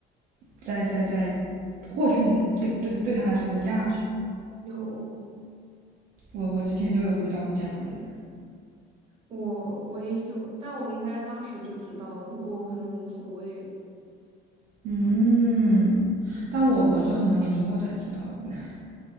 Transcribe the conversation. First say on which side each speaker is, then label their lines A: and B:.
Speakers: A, on the right; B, on the right.
A: 在在在获取你的对对他来说的价值。
B: 有
A: 我我之前就有遇到过这样的人，
B: 我我也有，但我应该当时就知道了，不过我可能无所谓，
A: 嗯，但我我是很多年之后才知道的，